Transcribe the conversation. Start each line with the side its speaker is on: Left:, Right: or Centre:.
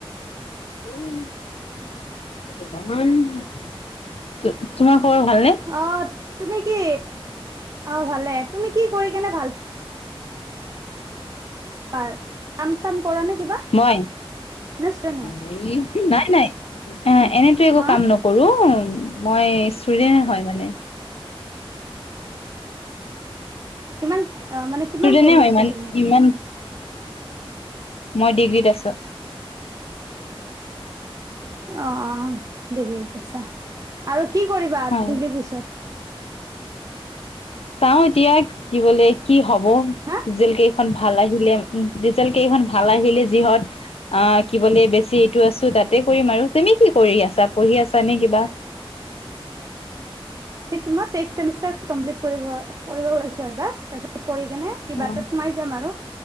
Left: <unintelligible> তোমাৰ খবৰ ভালনে?
Right: অ' তুমি কি? অ' ভালে। তুমি কি কৰি কেনে ভাল পাৰ, কাম চাম কৰা নে কিবা
Left: মই
Right: <unintelligible>
Left: <unintelligible> নাই, নাই। এনেটো একো
Right: হা
Left: কাম নক কৰো মই ষ্টুডেন্টে হয় মানে।
Right: কিমান অ মানে কিমান
Left: ষ্টুডেন্টে
Right: পঢ়ি
Left: হয়
Right: আছা
Left: মানে
Right: তুমি
Left: ইমান মই ডিগ্ৰীত আছোঁ।
Right: অ', অ' ডিগ্ৰীত আছা আৰু কি কৰিবা
Left: হয়
Right: ডিগ্ৰীৰ পিছত?
Left: চাও এতিয়া কি বোলে কি হ'ব
Right: হা
Left: জেলকেইখন ভাল আহিলে ৰিজাল্ট কেইখন ভাল আহিলে যিহত অ' কি বোলে বেছি এইটো আছো তাতে কৰিম আৰু। তুমি কি কৰি আছা পঢ়ি আছা নে কিবা?
Right: <unintelligible> মই চিক্স চেমিষ্টাৰ কমপ্লিট কৰিব ওলাইছো এইবাৰ, তাৰপিছত কৰি কিনে কিবা
Left: অ
Right: এটাত সোমা যাম আৰু।